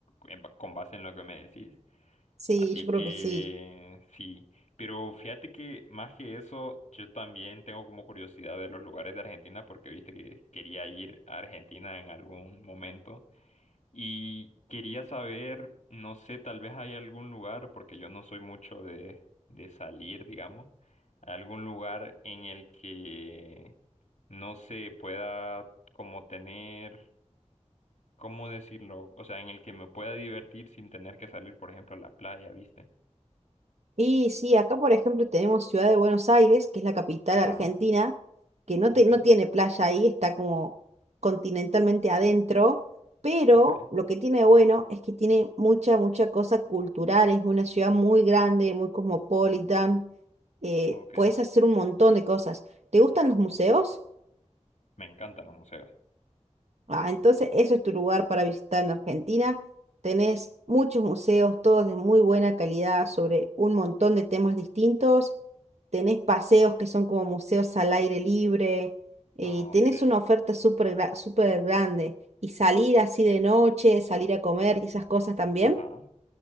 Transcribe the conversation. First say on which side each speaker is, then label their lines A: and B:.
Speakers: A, on the left; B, on the right.
A: en ba- con base en lo que me decís.
B: Sí,
A: Así
B: yo creo
A: que
B: que sí.
A: sí, pero fíjate que más que eso, yo también tengo como curiosidad de los lugares de Argentina porque viste que quería ir a Argentina en algún momento. Y quería saber, no sé, tal vez hay algún lugar, porque yo no soy mucho de, de salir, digamos, algún lugar en el que no se pueda como tener, ¿cómo decirlo? O sea, en el que me pueda divertir sin tener que salir, por ejemplo, a la playa, ¿viste?
B: Y sí, acá por ejemplo tenemos Ciudad de Buenos Aires, que es la capital
A: Ajá,
B: argentina, que no, te-
A: ok,
B: no tiene playa ahí, está como continentalmente adentro, pero
A: ok,
B: lo que tiene de bueno es que tiene mucha, mucha cosa cultural, es una ciudad muy grande, muy cosmopolitan, eh,
A: ok.
B: puedes hacer un montón de cosas. ¿Te gustan los museos?
A: Me encantan los museos.
B: Ah, entonces eso es tu lugar para visitar en Argentina. Tenés muchos museos, todos de muy buena calidad, sobre un montón de temas distintos. Tenés paseos que son como museos al aire libre. eh,
A: Ah,
B: tenés
A: ok,
B: una oferta súper gra- súper grande. Y salir así de noche, salir a comer y esas cosas también.
A: ajá,